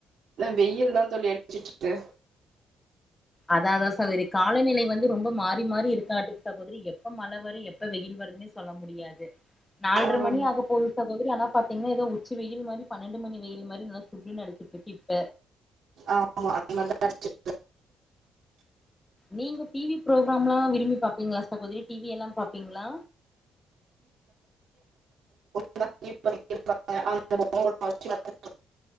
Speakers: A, on the right; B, on the left.
A: த வெயில் தா தோழி அடிச்சிட்ருக்கு
B: அத அததா சகோதரி காலநிலை வந்து ரொம்ப மாறி மாறி இருக்காட்டுக்கு சகோதரி எப்ப மழ வரு எப்ப வெயில் வருதுன் னு சொல்ல முடியாது நால்ட்ற
A: ஆமா
B: மணி ஆக போது சகோதரி ஆனா பாத்தீங்னா எதோ உச்சி வெயில் மாரி பன்னெண்டு மணி வெயில் மாரி நல்ல சுர்ருனு அடிச்சுட்ருக்கு இப்ப
A: ஆமா அது மாரிதா அடிச்சுட்ருக்கு
B: நீங்க டி வி புரோக்ராம்லா விரும்பி பாப்பீங்ளா சகோதிரி டி வி எல்லா பாப்பீங்ளா
A: <unintelligible>